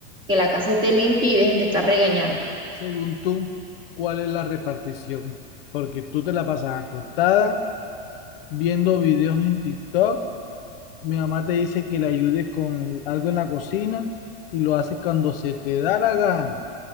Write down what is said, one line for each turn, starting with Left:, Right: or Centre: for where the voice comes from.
Right: que la casa esté limpia y dejen de estar regañando.
Left: Según tú, ¿cuál es la repartición? Porque tú te la pasas acostada viendo videos en TikTok. Mi mamá te dice que le ayudes con algo en la cocina y lo haces cuando se te da la gana.